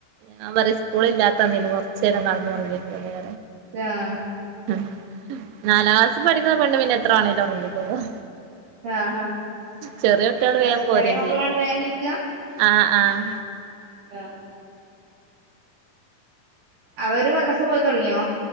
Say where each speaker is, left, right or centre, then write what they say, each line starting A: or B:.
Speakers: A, on the right; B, on the right.
A: ഞാൻ പറയും സ്കൂള് ഇല്ലാത്തന് കുറച്ചു നേരം കെടന്നു ഉറങ്ങിക്കൊന്ന്
B: ആഹ്
A: ഉമ് നാലാം ക്ലാസ്സിൽ പഠിക്കുന്ന പെണ്ണ് പിന്നെ എത്ര വേണേലും ഉറങ്ങിക്കോളും
B: ആഹ്
A: ചെറിയ കുട്ടികള്
B: ആഹ്
A: വേഗം പോരും
B: ചെറിയ മക്കളാണ്
A: ചെയ്യും
B: വേ എണീക്കാ
A: ആഹ് ആഹ്
B: ആഹ് അവര് മദ്രസ പോയി തുടങ്ങിയോ